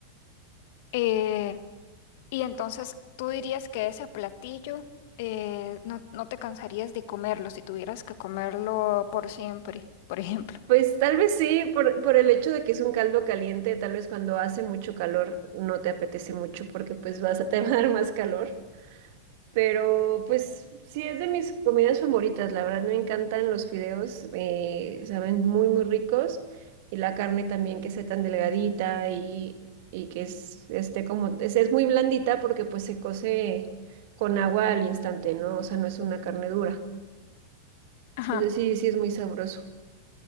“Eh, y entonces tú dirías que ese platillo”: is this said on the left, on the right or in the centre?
Left